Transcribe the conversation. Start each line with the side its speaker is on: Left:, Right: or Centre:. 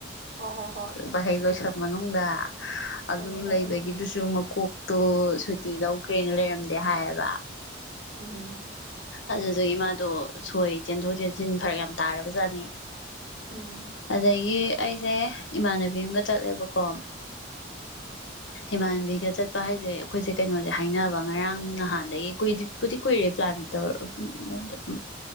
Right: ꯍꯣ ꯍꯣ ꯍꯣꯏ
Left: ꯚꯍꯩ ꯂꯣꯏꯁꯪ ꯃꯅꯨꯡꯗ ꯑꯗꯨ
Right: ꯈꯪꯉꯦ ꯈꯪꯉꯦ
Left: ꯂꯩꯕꯒꯤꯗꯨꯁꯨꯃꯨꯛ ꯀꯣꯛꯇꯣ ꯁꯨꯇꯤ ꯂꯧꯈ꯭ꯔꯦꯅ ꯂꯩꯔꯝꯗꯦ ꯍꯥꯏꯌꯦꯕ
Right: ꯎꯝ
Left: ꯑꯗꯨꯗꯨꯒꯤ ꯃꯥꯗꯣ ꯁꯣꯏ ꯆꯦꯟꯊꯣꯛ ꯆꯦꯟꯁꯤꯟ ꯐꯔꯛ ꯌꯥꯝ ꯇꯥꯔꯕꯖꯥꯠꯅꯤ
Right: ꯎꯝ
Left: ꯑꯗꯒꯤ ꯑꯩꯁꯦ ꯏꯃꯥꯟꯅꯕꯤ ꯑꯃꯒ ꯆꯠꯂꯦꯕꯀꯣ ꯏꯃꯥꯟꯅꯕꯤꯒ ꯆꯠꯄ ꯍꯥꯏꯁꯦ ꯑꯩꯈꯣꯏꯁꯦ ꯀꯩꯅꯣꯁꯦ ꯍꯥꯏꯅꯕ ꯉꯔꯥꯡ ꯅꯍꯥꯟꯗꯒꯤ ꯀꯨꯏꯕꯨꯗꯤ꯫ ꯀꯨꯏꯔꯦ ꯄ꯭ꯂꯥꯟ ꯇꯧꯔ ꯎ ꯅꯇꯦ ꯎ꯫